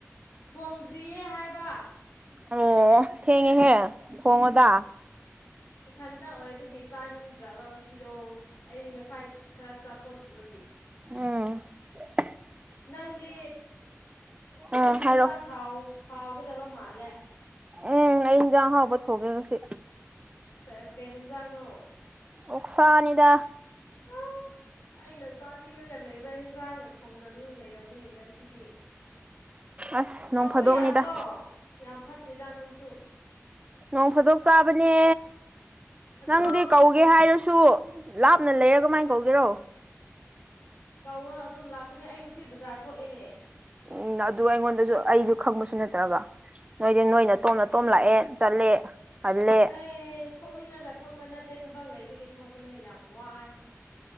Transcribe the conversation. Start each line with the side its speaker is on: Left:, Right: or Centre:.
Left: ꯊꯣꯡꯗ꯭ꯔꯤꯌꯦ ꯍꯥꯏꯕ
Right: ꯑꯣ ꯊꯦꯡꯉꯦꯍꯦ ꯊꯣꯡꯉꯣꯗ
Left: ꯏꯊꯟꯇ ꯑꯣꯏꯕꯒꯤ ꯆꯥꯅꯤꯡꯗ꯭ꯔꯕ ꯉꯁꯤꯗꯣ ꯑꯩ ꯉꯁꯥꯏ ꯈꯔ ꯆꯥꯊꯣꯛꯈꯤꯕꯒꯤ
Right: ꯑꯣ
Left: ꯅꯪꯗꯤ ꯅꯪꯗꯤ
Right: ꯎꯝ
Left: ꯍꯦꯟꯖꯥꯡ
Right: ꯍꯥꯏꯔꯛꯑꯣ
Left: ꯍꯥꯎ ꯍꯥꯎꯒꯗꯕ ꯃꯥꯜꯂꯦ
Right: ꯎꯝ ꯑꯩ ꯍꯤꯟꯖꯥꯡ ꯑꯍꯥꯎꯕꯥ ꯊꯣꯡꯉꯦ ꯉꯁꯤ
Left: ꯁꯦꯁ ꯀꯩ ꯍꯦꯟꯖꯥꯡꯅꯣ
Right: ꯑꯣꯛꯁꯥꯅꯤꯗ
Left: ꯑꯁ ꯑꯩꯅ ꯆꯥꯅꯤꯡꯉꯒ ꯂꯩꯕ ꯍꯦꯟꯁꯥꯡꯒ ꯊꯣꯡꯖꯜ ꯂꯩꯔꯝꯃꯤꯅꯦ ꯅꯪ ꯁꯤꯗꯤ
Right: ꯑꯁ
Left: ꯀꯧꯕ
Right: ꯅꯣꯡ ꯐꯥꯗꯣꯛꯅꯤꯗ
Left: ꯌꯥꯗ꯭ꯔꯣ ꯌꯥꯝ ꯐꯠꯇꯦꯗ ꯅꯪꯁꯨ
Right: ꯅꯣꯡ ꯐꯥꯗꯣꯛ ꯆꯥꯕꯅꯦ
Left: ꯑꯗꯣ
Right: ꯅꯪꯗꯤ
Left: ꯀꯧ
Right: ꯀꯧꯒꯦ ꯍꯥꯏꯔꯁꯨ ꯂꯥꯞꯅ ꯂꯩꯔ ꯀꯃꯥꯏꯅ ꯀꯧꯒꯦꯔꯣ
Left: ꯀꯧ ꯑꯗꯨꯝ ꯂꯥꯛꯀꯅꯤ ꯑꯩ ꯉꯁꯤ ꯕꯖꯥꯔ ꯊꯣꯛꯏꯅꯦ
Right: ꯎꯝ ꯑꯗꯨ ꯑꯩꯉꯣꯟꯗꯁꯨ ꯑꯩꯁꯨ ꯈꯪꯕꯁꯨ ꯅꯠꯇ꯭ꯔꯒ ꯅꯣꯏꯗꯤ ꯅꯣꯏ ꯅꯥꯇꯣꯝ ꯅꯇꯣꯝ ꯂꯛꯑꯦ ꯆꯠꯂꯦ ꯍꯜꯂꯦ
Left: ꯑꯦ ꯊꯣꯛꯅꯤꯡꯉꯒ ꯊꯣꯛꯄ ꯅꯠꯇꯦ ꯊꯕꯛ ꯂꯩꯕꯒꯤ ꯊꯣꯛꯄꯅꯦ ꯌꯥꯝ ꯋꯥꯏ